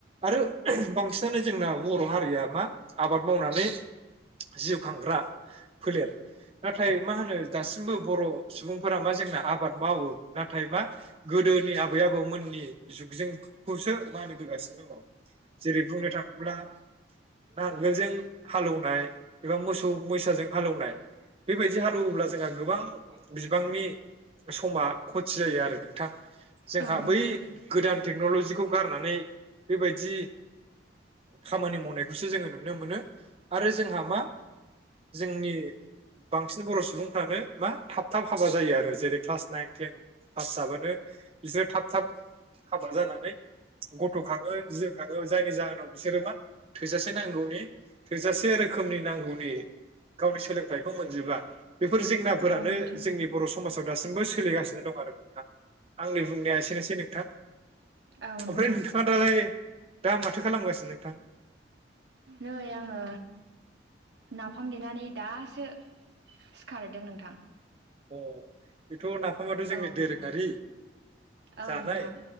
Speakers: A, on the right (about 30°); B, on the right (about 65°).
A: आरो बांसिनानो जोंना बर' हारिया मा आबाद मावनानै जिउ खांग्रा फोलेर। नाथाय मा होनो दासिमबो बर' सुबुंफोरा मा जोंना आबाद मावो नाथाय मा गोदो गोदोनि आबै-आबौमोन मोननि जुगजोंखौसो मानिबोगासिनो दङ जेरै बुंनो थाङोब्ला नांगोलजों हालेवनाय एबा मोसौ मोसाजों हालौवनाय बेबायदि हालेवोब्ला जोंहा गोबां बिबांनि समा खथि जायो आरो नोंथां जोंहा
B: औ
A: बै
B: नोंथां औ
A: गोदान टेक्न'लजिखौ गारनानै बेबायदि खामानि मावनायखौसो जोङो नुनो मोनो आरो जोंहा मा जोंनि बांसिन बर' सुबुंफ्रानो मा थाब थाब हाबा जायो आरो जेरै क्लास नाइन टेन पास जाबानो बिसोरो थाब थाब हाबा जानानै गथ' खाङो जो खाङो जायनि जाहोनाव बिसोरो मा थोजासे नांगौनि थोजासे रोखोम। नांगौनि गावनि सोलोंथाइखौ मोनजोबा। बेफोर जेंनाफोरानो
B: नोंथां
A: जोंनि बर' समाजाव दासिमबो सोलिगासिनो दं आरो नोंथां आंनि बुंनाया एसे नोंथां
B: औ
A: ओमफ्राय
B: नोंथां
A: नोंथाङा दालाय दा माथो खालामगासिनो नोंथां?
B: नै आङो नाफाम देनानै दासो सिखारदों नोंथां।
A: अ बेथ' नाफामाथ' जोंनि
B: औ नोंथां
A: दोरोङारि।
B: औ
A: जानाय
B: नोंथां